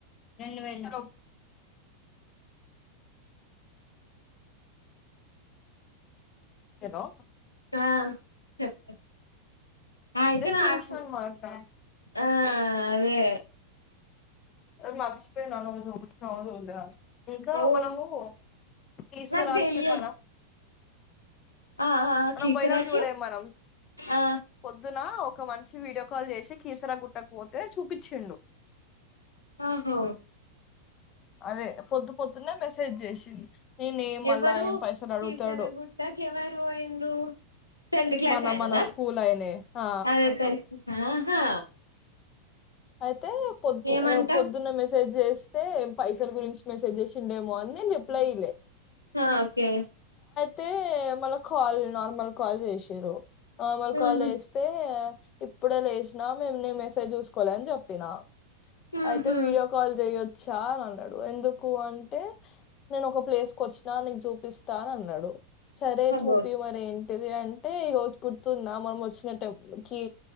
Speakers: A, on the left; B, on the left.
A: రెండు వేల హలో
B: ఆ చెప్పే అయితే నాకు
A: చూసిన అన్నమాట
B: ఆ అదే
A: మర్చిపోయాను <unintelligible> ఇంకా
B: ఓ
A: మనము కీసరాకి
B: నాకు తెలియదు
A: మనం
B: ఆ ఆ
A: మనం
B: కీసరాకి
A: పోయినం చూడే మనం
B: ఆ
A: పొద్ పొద్దున ఒక మనిషి వీడియో కాల్ చేసి కీసర గుట్టకుపోతే చూపిచ్చిండు
B: ఆహా
A: అదే పొద్దు పొద్దున్నే మెస్సేజ్ చేసింది నేనే మళ్ళా
B: ఎవరు
A: ఏం పైసలు అడుగుతాడు
B: కీసర గుట్టకెవరు వోయిన్రు టెన్త్ క్లాస్
A: మన
B: ఆయననా
A: మన స్కూల్ అయినే ఆ
B: అదే తెలుసు ఆహా
A: అయితే పొద్
B: ఏమంట
A: అ పొద్దున్నే మెస్సేజ్ జే స్తే పైసల గురించి మెస్సేజ్ చేసిండేమో అని నేను రిప్లై ఇయ్లే
B: హ ఓకే
A: తే మళ్ళ కాల్ నార్మల్ కాల్ జేసిరు నార్మల్ కాల్
B: ఉహు
A: జేస్తే ఇప్పుడే లేసినా మేము నీ మెసేజ్ చూసుకోలే అని జెప్పిన
B: ఉహు
A: అయితే వీడియో కాల్ జేయొచ్చా అని అన్నడు ఎందుకు అంటే నేను ఒక ప్లేస్ కు వచ్చినా నీకు చూపిస్తాను అన్నడు సరే
B: అబ్బో
A: చూపి మరేం టిది అంటే ఈరోజు గుర్తుందా మనం వచ్చిన టెం కి